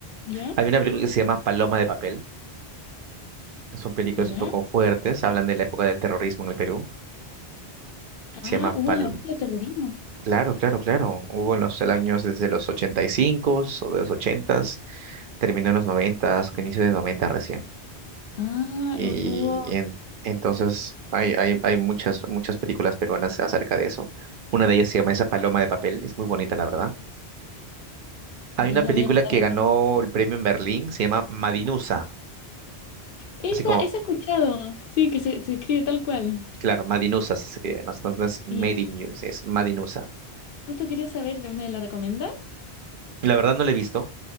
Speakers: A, on the left; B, on the right.
A: ¿Ya?
B: Hay una película que se llama Paloma de Papel, que son películas
A: ¿Ya?
B: un poco fuertes, hablan de la época del terrorismo en el Perú. Se
A: Ah,
B: llama
A: hubo
B: Pal-
A: una época de terrorismo.
B: Claro, claro, claro. Hubo en los años desde los 85 o de los 80, terminó en los 90, inicio de 90 recién.
A: Ah,
B: Y
A: hu- hubo...
B: en- entonces hay, hay, hay muchas, muchas películas peruanas acerca de eso. Una de ellas se llama Esa paloma de papel, es muy bonita, la verdad. Hay
A: Ya
B: una película
A: la voy a anotar
B: que ganó
A: acá.
B: el premio en Berlín, se llama Madinusa,
A: Esa,
B: así como,
A: esa he escuchado. Sí, que se, se escribe tal cual.
B: claro, Madinusa se escribe, no, No- no es Made
A: Y,
B: in You, es Madinusa.
A: Justo quería saber, ¿me la recomienda?
B: La verdad no la he visto,